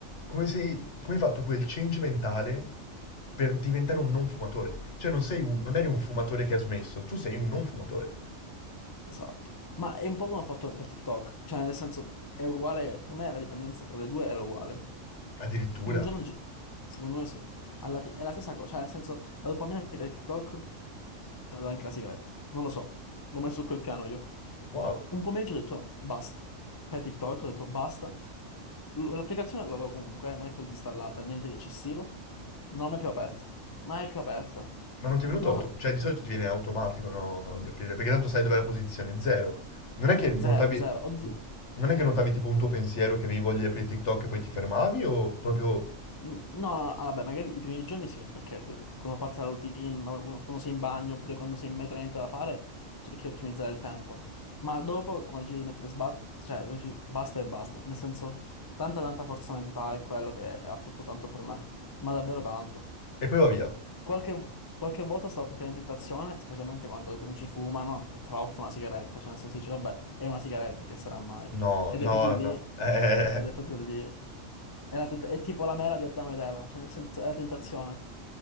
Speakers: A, on the left (about 60°); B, on the left (about 20°).
A: come sei, come hai fatto quel change mentale per diventare un non fumatore. Cioè, non sei un- non eri un
B: ecco,
A: fumatore che ha smesso, tu sei un non fumatore.
B: esatto. Ma è un po' come ho fatto per TikTok, cioè nel senso, è uguale, per me la dipendenza tra le due era uguale.
A: Addirittura.
B: Un giorno, ci- secondo me sì, alla fine è la stessa cosa, cioè nel senso, la dopamina che dai TikTok te la dà anche la sigaretta, non lo so, l'ho messo su quel piano io.
A: Wow.
B: Un pomeriggio ho detto basta, per TikTok ho detto basta, L- L'applicazione l'avevo comunque, eh, non è che l'ho disinstallata, niente di eccessivo. Non l'ho mai più aperta. Mai più aperta.
A: Ma non ti è venuto
B: Non
A: auto...
B: lo so.
A: Cioè, di solito ti viene automatico, no, di aprire, perché tanto sai dov'è la posizione, zero. Non è che notavi...
B: Zero, zero. Oddio.
A: Non è che notavi tipo un tuo pensiero che avevi voglia di aprire TikTok e poi ti fermavi o proprio
B: N- No, no, no, ah, vabbè, magari i primi giorni sì, perché ti- quando parte la routine, ma qu- quando sei in bagno oppure quando sei in metro e non hai niente da fare, cerchi di ottimizzare il tempo. Ma dopo, quando ci devi mettere sba- cioè, quando ci- basta e basta. Nel senso, tanta tanta forza mentale è quello che ha fatto tanto per me. Ma davvero tanto.
A: E poi va via.
B: Qualche, qualche volta stavo per cadere in tentazione, specialmente quando i tuoi amici fumano e tra l'altro una sigaretta, cioè nel senso dici, vabbè, è una sigaretta, che sarà mai?
A: No,
B: Ed
A: no,
B: è proprio lì,
A: no. <laughs> Eh,
B: ed è proprio lì, è, la tenta- è tipo la mela di Adamo ed Eva, cioè nel senso è la tentazione.